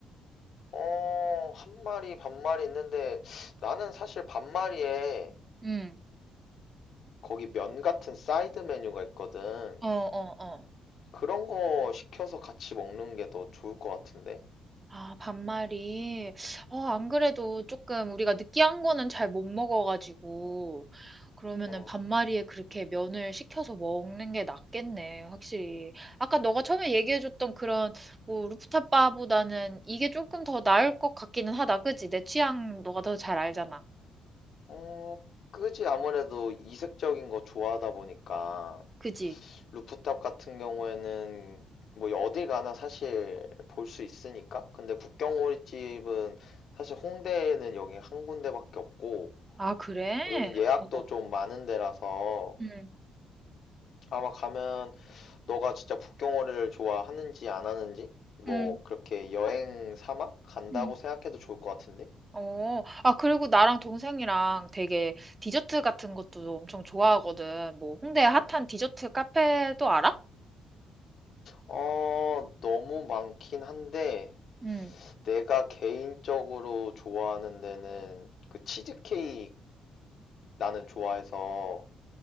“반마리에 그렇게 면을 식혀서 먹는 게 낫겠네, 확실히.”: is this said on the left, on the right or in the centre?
Right